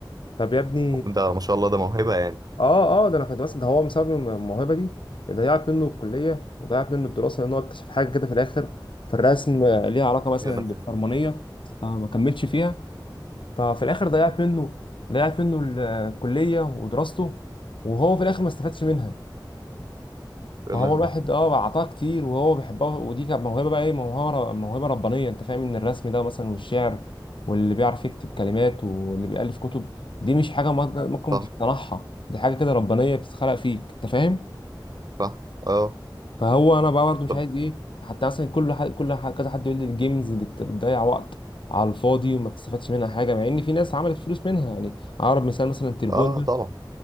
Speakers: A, on the left; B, on the right.
A: طب يا ابني
B: ده ما شاء الله ده موهبة يعني
A: اه اه ده انا كنت مثلا ده هو بسبب الموهبه دي ضيعت منه الكليه وضيعت منه الدراسه لان هو اكتشف حاجه كده في الاخر في الرسم آه، ليها علاقه مثلا
B: يا لهوي
A: بالحرمانيه آه ما كملش فيها ففي الاخر ضيعت منه ضيعت منه ال- الكليه ودراسته وهو في الاخر ما استفادش منها
B: يا
A: فهو
B: لهوي
A: الواحد اه اعطاه كتير وهو بيحبها ودي كانت موهبه بقى ايه موهبه موهبه ربانيه انت فاهم ان الرسم ده مثلا والشعر واللي بيعرف يكتب كلمات واللي بيألف كتب دي مش حاجه ممكن ممكن
B: صح
A: تصنعها دي حاجه كده ربانيه بتتخلق فيك انت فاهم
B: صح اه
A: فهو انا بقى برضه مش
B: طب
A: عايز ايه حتى مثلا كل حد كل ح- كذا حد يقول لي الجيمز بت- بتضيع وقت على الفاضي وما بتستفادش منها حاجه مع ان في ناس عملت فلوس منها يعني اقرب مثال مثلا التربون
B: اه
A: ده
B: طبعا